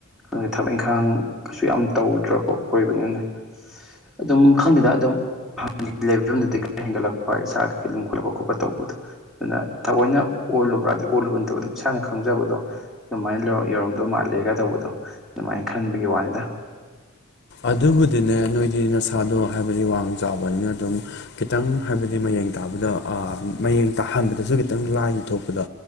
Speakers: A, in the centre; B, on the left.
A: ꯈꯪꯗꯦ ꯊꯕꯛ ꯏꯪꯈꯥꯡ ꯀꯩꯁꯨ ꯌꯥꯝ ꯇꯧꯗ꯭ꯔꯕ ꯑꯣꯏꯕꯅꯤꯅ ꯑꯗꯨꯝ ꯈꯪꯉꯦꯗ ꯑꯗꯨꯝ ꯍꯉ ꯂꯩꯕ ꯐꯤꯕꯗꯨꯗꯤ ꯈꯔ ꯍꯦꯟꯒꯠꯂꯛꯄ ꯏꯁꯥ ꯀꯩ ꯂꯨꯝꯈꯠꯂꯛꯄ ꯈꯣꯠꯄ ꯇꯧꯕꯗꯣ ꯑꯗꯨꯅ ꯊꯑꯣꯏꯅ ꯑꯣꯜꯂꯨꯕ꯭ꯔꯥꯗꯤ ꯑꯣꯜꯂꯨꯕ ꯅꯠꯇꯕ ꯑꯗꯨꯝ ꯏꯁꯥꯅ ꯈꯪꯖꯕꯗꯣ ꯑꯗꯨꯃꯥꯏꯅ ꯌꯧꯔꯝ ꯑꯣ ꯃꯥꯜꯂꯦꯒ ꯇꯧꯕꯗꯣ ꯑꯗꯨꯃꯥꯏꯅ ꯈꯟꯕꯒꯤ ꯋꯥꯅꯤꯗ
B: ꯑꯗꯨꯕꯨꯗꯤꯅꯦ ꯅꯣꯏꯗꯤ ꯅꯁꯥꯗꯣ ꯍꯥꯏꯕꯗꯤ ꯋꯥꯡ ꯆꯥꯎꯕꯅꯤꯅ ꯑꯗꯨꯝ ꯈꯤꯇꯪ ꯍꯥꯏꯕꯗꯤ ꯃ ꯍꯌꯦꯡ ꯇꯥꯕꯗ ꯃꯌꯦꯡ ꯇꯥꯍꯟꯕꯗꯁꯨ ꯈꯤꯇꯪ ꯂꯥꯏꯅ ꯊꯣꯛꯄꯗ